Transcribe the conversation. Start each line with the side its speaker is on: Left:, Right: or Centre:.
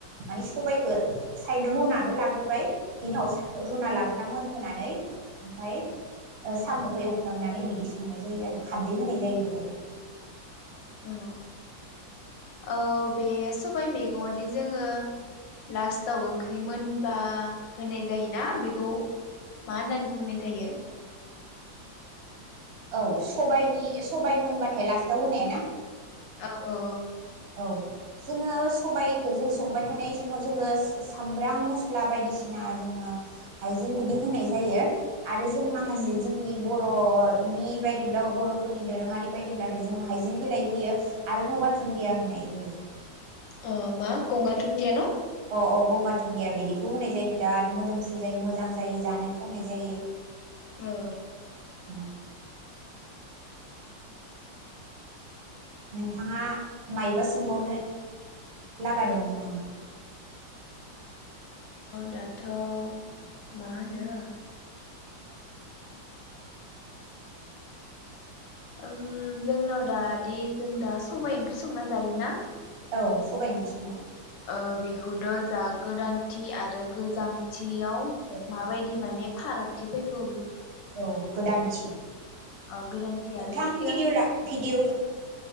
Right: मानि सबाइखौ साइद रनाबो लाग्रोबो फ्राय बे उनाव रुना लाग्राना मोनहोनानै ओमफ्राय सामखौ एवफ्रामनानै बिदि संनाय जायो आरो खारदै होनाय जायो बेहाय।
Left: औ औ बे सबायाइ मैगंङावदि जोङो लास्टाव ओंख्रि मोनबा होनाय जायोना बेखौ मा होननानै बुंनाय जायो?
Right: औ सबाइनि सबाइ मोनबाथाय लास्टाव होनाया ना?
Left: औ औ औ
Right: औ जोङो सबायखौ जों संबाय थानाय समाव जोङो सामब्राम मस्ला बायदिसिना जोङो हायजें बिदि होनाय जायो। आरो जों माखासे
Left: उम
Right: जोंनि बर बरनि बायदिब्ला बरफोरनि दोरोङारि बायदिब्लाथाय जों हाइजें बिलाइ होयो आरो गंगार दुन्दिया होयो <unintelligible> होयो
Left: अ मा गंगार दुन्दिया ना?
Right: अ अ गंगार थुुन्दिया बिदिखौ होनाय जायो बिराद मोदोमफ्रु जायो मोजां जायो जानो थावनाय जायो
Left: औ
Right: उम नोंथाङा मायबा सोंबावनो लागा दंमोन नामा?
Left: दाथमा होनो उम जोंनाव दादि जों दा सबायाइ ओंख्रि संना जायोना
Right: औ सबायाइ ओंख्रि सोङो
Left: ओ बेखौथ जा गोदानथि आरो गोजामथि याव
Right: औ
Left: माबायदि
Right: गोदानथि
Left: माने फारागथि फै औ
Right: औ गोदानथि <inaudible>
Left: औ गोदानथि
Right: नोंथां
Left: आरो सिगां
Right: भिडय ला भिडिय